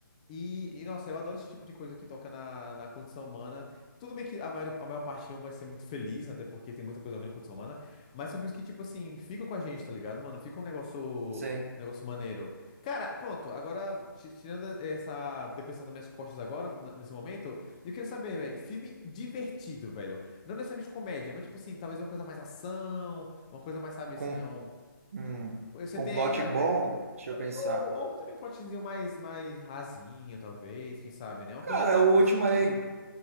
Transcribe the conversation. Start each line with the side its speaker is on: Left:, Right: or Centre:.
Left: E, e, nossa, eu adoro esse tipo de coisa que toca na, na condição humana. Tudo bem que a maior, a maior parte não vai ser muito feliz, até porque tem muita coisa ruim na condição humana, mas são filmes que, tipo assim, ficam com a gente, tá ligado, mano? Fica um negócio,
Right: Sim.
Left: negócio maneiro. Cara, pronto, agora, ti- tirando essa depressão das minhas costas agora, n- nesse momento, eu queria saber, velho, filme divertido, velho. Não necessariamente comédia, mas, tipo assim, talvez uma coisa mais ação, uma coisa mais, sabe, assim,
Right: Com,
Left: é um...
Right: hum,
Left: Você
Right: com
Left: tem
Right: um plot
Left: aí, cara,
Right: bom, deixa eu pensar.
Left: ou, ou também um plotzinho mais, mais rasinho, talvez, quem sabe, né? Uma
Right: Cara,
Left: coisa pra,
Right: o
Left: pra
Right: último
Left: se divertir.
Right: aí